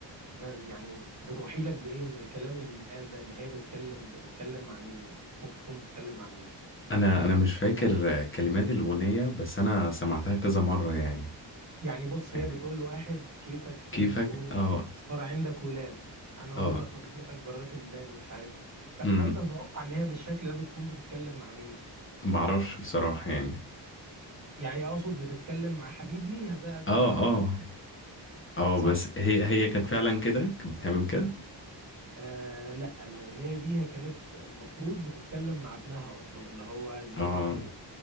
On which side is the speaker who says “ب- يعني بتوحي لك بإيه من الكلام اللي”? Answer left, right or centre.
Right